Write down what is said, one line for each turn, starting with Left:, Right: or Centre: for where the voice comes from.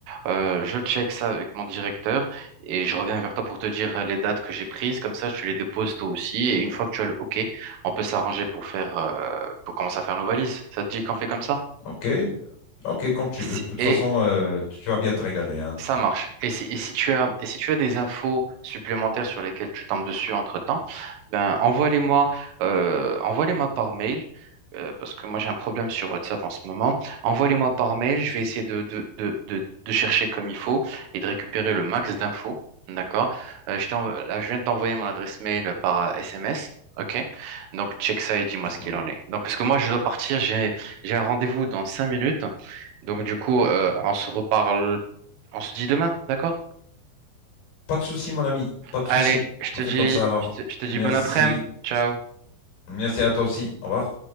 Right: Euh, je check ça avec mon directeur et je reviens vers toi pour te dire euh, les dates que j'ai prises, comme ça tu les déposes toi aussi et une fois que tu as le OK, on peut s'arranger pour faire, euh, pour commencer à faire nos valises. Ça te dit qu'on fait comme ça?
Left: Ok, ok, comme tu
Right: Si-
Left: veux. De toute
Right: Et
Left: façon, euh, tu vas bien te régaler, hein.
Right: Ça marche. Et si, et si tu as, et si tu as des infos supplémentaires sur lesquelles tu tombes dessus entre-temps, ben envoie-les-moi euh, envoie-les-moi par mail, euh, parce que moi j'ai un problème sur WhatsApp en ce moment. Envoie-les-moi par mail, je vais essayer de, de, de, de, de chercher comme il faut et de récupérer le max d'infos. D'accord? Euh, je t'en- là, je viens de t'envoyer mon adresse mail par euh, SMS. OK? Donc check ça et dis-moi
Left: D'accord.
Right: ce qu'il en est. Donc parce que moi je dois partir, j'ai, j'ai un rendez-vous dans cinq minutes. Donc du coup, euh, on se reparle on se dit demain, d'accord?
Left: Pas de souci, mon ami, pas de
Right: Allez,
Left: souci.
Right: je te
Left: On fait
Right: dis,
Left: comme ça alors.
Right: je te, je te dis
Left: Merci,
Right: bon après-midi. Ciao.
Left: merci à toi aussi. Au revoir.